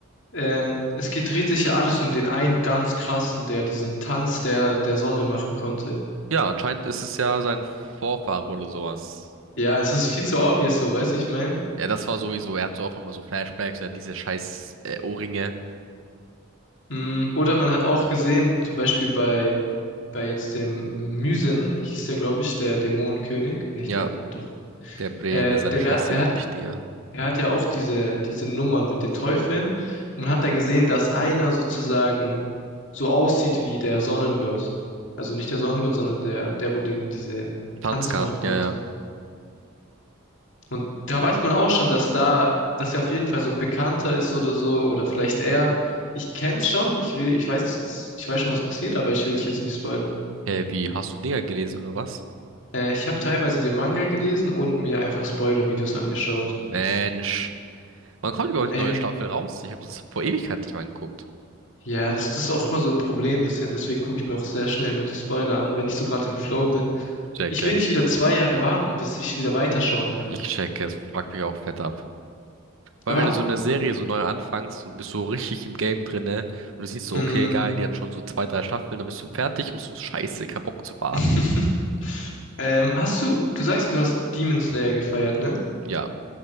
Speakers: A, on the left; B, on the right.
A: ähm, es geht, dreht sich ja alles um den einen ganz krassen, der diesen Tanz der, der Sonne machen konnte.
B: Ja, anscheinend ist es ja sein Vorfahre oder sowas.
A: Ja, es ist viel zu obvious so, weißt du, ich meine?
B: Ja, das war sowieso, er hat so auch immer so Flashbacks, er hat diese scheiß äh, Ohrringe.
A: Mm, Oder man hat auch gesehen, zum Beispiel bei, bei jetzt dem Mysen hieß der, glaube ich, der Dämonenkönig, nicht
B: Ja,
A: der, doch,
B: der Bre,
A: Äh,
B: der seine
A: der,
B: Schwester,
A: der
B: glaube
A: hat,
B: ich, Dinger.
A: der hat ja auch diese, diese Nummern mit den Teufeln und hat da gesehen, dass einer sozusagen so aussieht wie der Sonnengott. Also nicht der Sonnengott, sondern der, der, wo den, diese
B: Tanz
A: Tanz
B: ja,
A: machen konnte.
B: ja.
A: Und da weiß man auch schon, dass da, dass er auf jeden Fall so ein Bekannter ist oder so, oder vielleicht er. Ich kenn's schon, ich will, ich weiß jetzt, ich weiß schon, was passiert, aber ich will dich jetzt nicht spoilern.
B: Hey, wie, hast du Dinger gelesen oder was?
A: Äh, ich habe teilweise den Manga gelesen und mir einfach Spoiler-Videos angeschaut.
B: Mensch, wann kommt überhaupt
A: Ey,
B: die neue Staffel raus? Ich habe es vor Ewigkeit nicht mal geguckt.
A: Ja, das, das ist auch immer so ein Problem bisschen, deswegen gucke ich mir auch sehr schnell immer die Spoiler an, wenn ich so gerade im Flow bin.
B: Ich checke,
A: Ich will nicht wieder zwei Jahre warten, bis ich wieder weiterschauen kann.
B: ich checke, es fuckt mich auch fett ab. Vor
A: Aber,
B: allem, wenn du so eine Serie so neu anfängst und bist so richtig im Game drinne und du siehst so,
A: mh,
B: okay, geil, die hat schon so zwei, drei Staffeln, dann bist du fertig und bist so, scheiße, kein Bock zu warten.
A: <laughs> ähm, hast du, du sagst, ja, du hast Demon Slayer gefeiert, ne?
B: Ja,